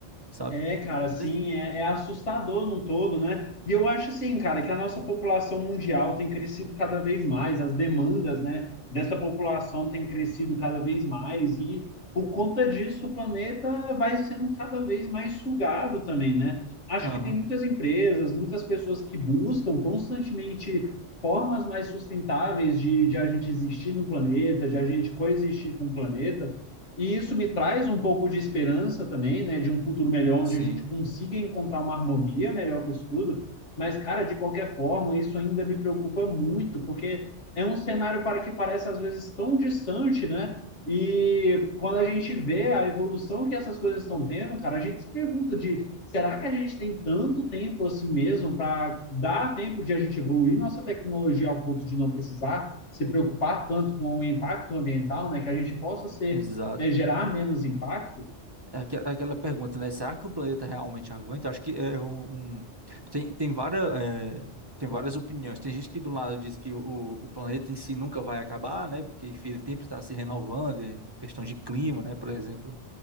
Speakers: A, on the right; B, on the left.
A: sabe?
B: É, cara, assim,
A: Mas,
B: é, é assustador num todo, né? E eu acho assim, cara, que a nossa população mundial tem crescido cada vez mais, as demandas, né, dessa população tem crescido cada vez mais e por conta disso o planeta vai sendo cada vez mais sugado também, né? Acho
A: aham,
B: que tem muitas empresas, muitas pessoas que buscam constantemente formas mais sustentáveis de, de a gente existir no planeta, de a gente coexistir com o planeta. E isso me traz um pouco de esperança também, né, de um futuro melhor, onde
A: sim,
B: a gente consiga encontrar uma harmonia melhor com isso tudo. Mas, cara, de qualquer forma, isso ainda me preocupa muito, porque é um cenário para que parece às vezes tão distante, né? E quando a gente vê a evolução que essas coisas estão tendo, cara, a gente se pergunta de será que a gente tem tanto tempo assim mesmo para dar tempo de a gente evoluir nossa tecnologia ao ponto de não precisar se preocupar tanto com o impacto ambiental, né? Que a gente possa ser
A: exato.
B: né, gerar menos impacto,
A: É aque- é Aquela pergunta, né? Será que o planeta realmente aguenta? Acho que é um... um- Tem, tem várias... é, Tem várias opiniões. Tem gente que do lado diz que o, o planeta em si nunca vai acabar, né? Porque enfim, ele sempre está se renovando, é questão de clima, né? Por exemplo,